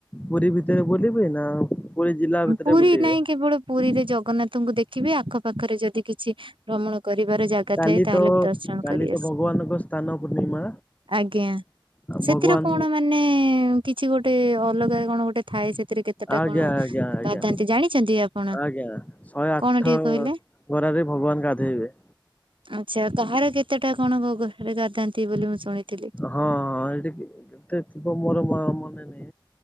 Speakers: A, on the left; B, on the right.
A: ପୁରୀ ଭିତରେ ବଲିବି ନା ପୁରୀ ଜିଲ୍ଲା ଭିତରେ
B: ପୁରୀ
A: ବୁଲିବେ?
B: ନାହିଁ କେବଳ ପୁରୀରେ ଜଗନ୍ନାଥଙ୍କୁ ଦେଖିବି ଆଖପାଖରେ ଯଦି କିଛି ଭ୍ରମଣ କରିବାର ଜାଗା କଥା
A: କାଲି
B: ହେଇ ତାହେଲେ
A: ତ
B: ଦଶ ଜଣ
A: କାଲି
B: କରି
A: ତ
B: ଆସିବି
A: ଭଗବାନଙ୍କ ସ୍ଥାନ ପୂର୍ଣ୍ଣିମା
B: ଆଜ୍ଞା। ସେଥିରେ
A: ଭଗବାନ
B: କଣ ମାନେ କିଛି ଗୋଟେ ଅଲଗା କଣ ଗୋଟେ ଥାଏ ସେଥିରେ କେତେଟା
A: ଆଜ୍ଞା
B: କଣ?
A: ଆଜ୍ଞା ଆଜ୍ଞା
B: <unintelligible> ଜାଣିଛନ୍ତି। ଆପଣ
A: ଆଜ୍ଞା ଶହେ ଆଠ
B: କଣ ଟିକେ କହିଲେ?
A: ଗରାରେ ଭଗବାନ ଗାଧୋଇବେ।
B: ଆଚ୍ଛା କାହାର କେତେଟା କଣୋରେ ଗାଧାନ୍ତି ବୋଲି ମୁଁ ଶୁଣିଥିଲି?
A: ହଁ ହଁ ଏଠି କେତେ ଥିବ ମୋର ମାନେ ନହି